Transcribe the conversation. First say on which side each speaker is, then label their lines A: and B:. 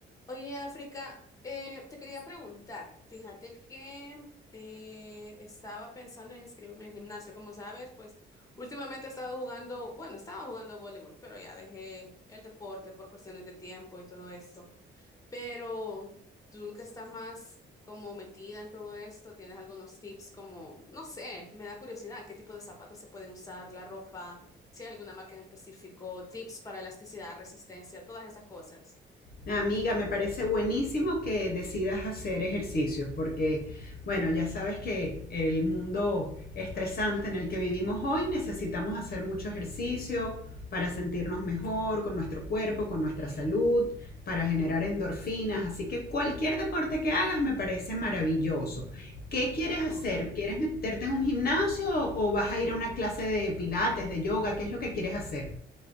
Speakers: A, on the left; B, on the left.
A: Oye, África, eh, te quería preguntar, fíjate que eh, estaba pensando en inscribirme en gimnasio, como sabes, pues últimamente he estado jugando, bueno, estaba jugando voleibol, pero ya dejé el deporte por cuestiones de tiempo y todo esto. Pero tú que estás más como metida en todo esto, ¿tienes algunos tips como, no sé, me da curiosidad, qué tipo de zapatos se pueden usar, la ropa, si hay alguna marca en específico, tips para elasticidad, resistencia, todas esas cosas?
B: Amiga, me parece buenísimo que decidas hacer ejercicios porque, bueno, ya sabes que el mundo estresante en el que vivimos hoy necesitamos hacer mucho ejercicio para sentirnos mejor con nuestro cuerpo, con nuestra salud, para generar endorfinas. Así que cualquier deporte que hagas me parece maravilloso. ¿Qué quieres hacer?
A: Tú.
B: ¿Quieres meterte en un gimnasio o vas a ir a una clase de pilates, de yoga? ¿Qué es lo que quieres hacer?